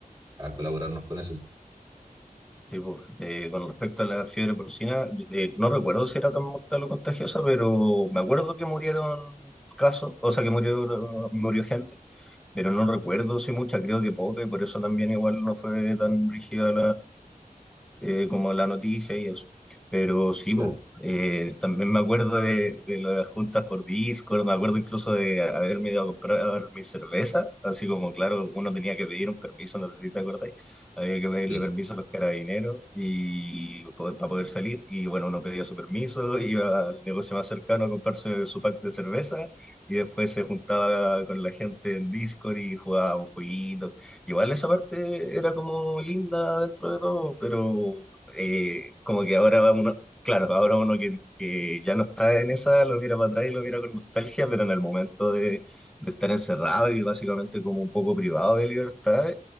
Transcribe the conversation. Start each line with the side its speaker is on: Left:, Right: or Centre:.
Right: a colaborarnos con eso,
Centre: Sí, pues, eh, con respecto a la fiebre porcina, eh, no recuerdo si era tan mortal o contagiosa, pero me acuerdo que murieron casos, o sea, que murió, murió gente, pero no recuerdo si mucha, creo que poca, y por eso también igual no fue tan rígida eh, como la noticia y eso. Pero sí,
Right: claro,
Centre: po, eh, también me acuerdo de, de las juntas por Discord, me acuerdo incluso de haberme ido a comprar mi cerveza, así como, claro, uno tenía que pedir un permiso, no sé si te acordáis, había que pedirle
Right: sí.
Centre: permiso a los carabineros y poder- para poder salir, y bueno, uno pedía su permiso, iba al negocio más cercano a comprarse su pack de cerveza, y después se juntaba con la gente en Discord y jugaba un jueguito, Igual esa parte era como linda dentro de todo, pero eh, como que ahora va uno, claro, ahora uno que, que ya no está en esa, lo mira para atrás y lo mira con nostalgia, pero en el momento de, de estar encerrado y básicamente como un poco privado de libertad,